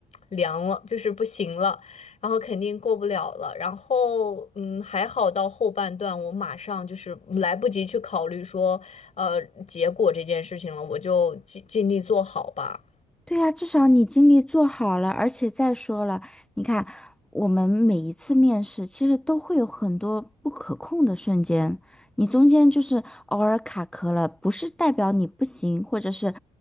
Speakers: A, on the left (about 45°); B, in the centre.
A: 凉了，就是不行了，然后肯定过不了了。然后嗯，还好到后半段，我马上就是来不及去考虑说呃结果这件事情了，我就尽尽力做好吧。
B: 对呀，至少你经历做好了，而且再说了，你看，我们每一次面试其实都会有很多不可控的瞬间，你中间就是偶尔卡壳了，不是代表你不行，或者是